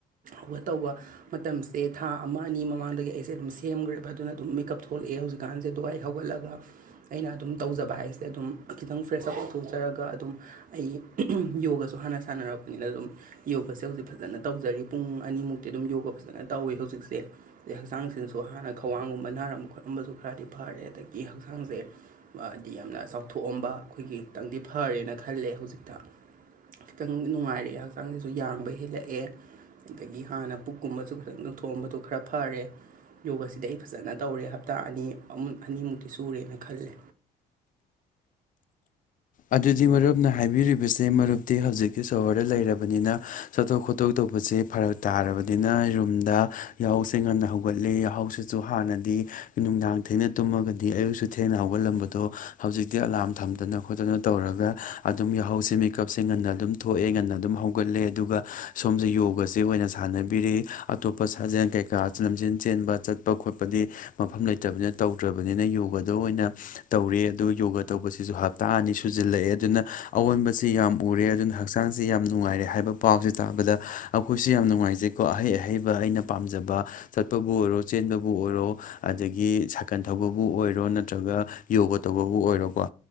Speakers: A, on the right (about 55°); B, on the left (about 50°).
A: ꯍꯧꯒꯠ ꯇꯧꯕ ꯃꯇꯝꯁꯦ ꯊꯥ ꯑꯃ ꯑꯅꯤ ꯃꯃꯥꯡꯗꯒꯤ ꯑꯩꯁꯦ ꯑꯗꯨꯝ ꯁꯦꯝꯈ꯭ꯔꯦꯕ ꯑꯗꯨꯅ ꯑꯗꯨꯝ ꯃꯦꯀꯞ ꯊꯣꯛꯂꯛꯑꯦ ꯍꯧꯖꯤꯛ ꯀꯥꯟꯁ ꯑꯗꯨꯒ ꯑꯩ ꯍꯧꯒꯠꯂꯒ ꯑꯩꯅ ꯑꯗꯨꯝ ꯇꯧꯖꯕ ꯍꯥꯏꯁꯦ ꯑꯗꯨꯝ ꯈꯤꯇꯪ ꯐ꯭ꯔꯦꯁ ꯑꯞ ꯑꯣꯏꯊꯣꯛꯆꯔꯒ ꯑꯗꯨꯝ ꯑꯩ ꯌꯣꯒꯁꯨ ꯍꯥꯟꯅ ꯁꯥꯟꯅꯔꯛꯄ ꯅ ꯑꯗꯨꯝ ꯌꯣꯒꯁꯦ ꯍꯧꯖꯤꯛ ꯐꯖꯅ ꯇꯧꯖꯔꯤ ꯄꯨꯡ ꯑꯅꯤꯃꯨꯛꯇꯤ ꯑꯗꯨꯝ ꯌꯣꯒ ꯐꯖꯅ ꯇꯧꯋꯤ ꯍꯧꯖꯤꯛꯁꯦ ꯑꯗꯩ ꯍꯛꯆꯥꯡꯁꯤꯅꯁꯨ ꯍꯥꯟꯅ ꯈ꯭ꯋꯥꯡꯒꯨꯝꯕ ꯅꯥꯔꯝꯕ ꯈꯣꯠꯂꯝꯕꯁꯨ ꯈꯔꯗꯤ ꯐꯔꯦ ꯑꯗꯒꯤ ꯍꯛꯆꯥꯡꯁꯦ ꯗꯤ ꯌꯥꯝꯅ ꯆꯥꯎꯊꯣꯛꯑꯝꯕ ꯑꯩꯈꯣꯏꯒꯤ ꯈꯤꯇꯪꯗꯤ ꯐꯔꯦꯅ ꯈꯜꯂꯦ ꯍꯧꯖꯤꯛꯇ ꯈꯤꯇꯪ ꯅꯨꯡꯉꯥꯏꯔꯛꯑꯦ ꯍꯛꯆꯥꯡꯁꯤꯁꯨ ꯌꯥꯡꯕ ꯍꯦꯜꯂꯛꯑꯦ ꯑꯗꯒꯤ ꯍꯥꯟꯅ ꯄꯨꯛꯀꯨꯝꯕꯁꯨ ꯈꯤꯇꯪ ꯅꯣꯏꯊꯣꯛꯑꯝꯕꯗꯨ ꯈꯔ ꯐꯔꯦ ꯌꯣꯒꯁꯤꯗꯤ ꯑꯩ ꯐꯖꯅ ꯇꯧꯔꯦ ꯍꯞꯇꯥ ꯑꯅꯤ ꯑꯅꯤꯃꯨꯛꯇꯤ ꯁꯨꯔꯦꯅ ꯈꯜꯂꯦ
B: ꯑꯗꯨꯗꯤ ꯃꯔꯨꯞꯅ ꯍꯥꯏꯕꯤꯔꯤꯕꯁꯦ ꯃꯔꯨꯞꯇꯤ ꯍꯧꯖꯤꯛꯀꯤ ꯁꯣꯍꯣꯔꯗ ꯂꯩꯔꯕꯅꯤꯅ ꯆꯠꯊꯣꯛ ꯈꯣꯠꯠꯇꯣꯛ ꯇꯧꯕꯁꯦ ꯐꯔꯛ ꯇꯥꯔꯕꯅꯤꯅ ꯔꯨꯝꯗ ꯌꯥꯍꯧꯁꯦ ꯉꯟꯅ ꯍꯧꯒꯠꯂꯦ ꯌꯥꯍꯧꯁꯦ ꯁꯨ ꯍꯥꯟꯅꯗꯤ ꯅꯨꯡꯗꯥꯡ ꯊꯦꯡꯅ ꯇꯨꯝꯃꯒꯗꯤ ꯑꯌꯨꯛꯁꯨ ꯊꯦꯡꯅ ꯍꯧꯒꯠꯂꯝꯕꯗꯣ ꯍꯧꯖꯤꯛꯇꯤ ꯑꯂꯥꯔꯝ ꯊꯝꯗꯅ ꯈꯣꯠꯇꯅ ꯇꯧꯔꯒ ꯑꯗꯨꯝ ꯌꯥꯍꯧꯁꯦ ꯃꯦꯀꯞꯁꯦ ꯉꯟꯅ ꯑꯗꯨꯝ ꯊꯣꯛꯑꯦ ꯉꯟꯅ ꯑꯗꯨꯝ ꯍꯧꯒꯠꯂꯦ ꯑꯗꯨꯒ ꯁꯣꯝꯁꯦ ꯌꯣꯒꯁ ꯑꯣꯏꯅ ꯁꯥꯟꯅꯕꯤꯔ ꯑꯇꯣꯞꯄ ꯁꯥꯖꯦꯜ ꯀꯩꯀꯥ ꯂꯝꯖꯦꯟ ꯆꯦꯟꯕ ꯆꯠ ꯆꯠꯄ ꯈꯣꯠꯄꯗꯤ ꯃꯐꯝ ꯂꯩꯇꯕꯅꯤꯅ ꯇꯧꯗ꯭ꯔꯕꯅꯤꯅ ꯌꯣꯒꯗ ꯑꯣꯏꯅ ꯇꯧꯔ ꯑꯗꯨ ꯌꯣꯒ ꯇꯧꯕꯁꯤꯁꯨ ꯍꯥꯞ ꯊꯥ ꯑꯅꯤ ꯁꯨꯖꯜꯂꯛꯑꯦ ꯑꯗꯨꯅ ꯑꯑꯣꯟꯕꯁꯤ ꯌꯥꯝ ꯎꯔꯦ ꯑꯗꯨꯅ ꯍꯛꯆꯥꯡꯁꯤ ꯌꯥꯝ ꯅꯨꯡꯉꯥꯏꯔꯦ ꯍꯥꯏꯕ ꯄꯥꯎꯁꯦ ꯇꯥꯕꯗ ꯑꯩꯈꯣꯏꯁꯨ ꯌꯥꯝ ꯅꯨꯡꯉꯥꯏꯖꯩꯀꯣ ꯑꯍꯩ ꯑꯍꯩꯕ ꯑꯩꯅ ꯄꯥꯝꯖꯕ ꯆꯠꯄꯕꯨ ꯑꯣꯏꯔꯣ ꯆꯦꯟꯕꯕꯨ ꯑꯣꯏꯔꯣ ꯑꯗꯒꯤ ꯁꯥꯀꯜ ꯊꯧꯕꯕꯨ ꯑꯣꯏꯔꯣ ꯅꯠꯇ꯭ꯔꯒ ꯌꯣꯒ ꯇꯧꯕꯕꯨ ꯑꯣꯏꯔꯣꯀꯣ